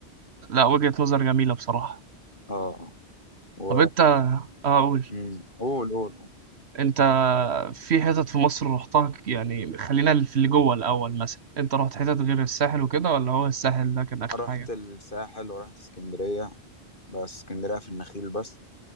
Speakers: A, on the right; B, on the left.
A: لا وجهه نظر جميله بصراحه
B: اه آه. و
A: طب انت اه قول
B: مم. قول قول قول.
A: انت في حتت في مصر رحتها يعني خلينا في اللي جوه الاول مثلا انت رحت حتت غير الساحل وكده ولا هو الساحل ده كان اخر
B: رحت
A: حاجه
B: الساحل ورحت اسكندرية بس اسكندرية في النخيل بس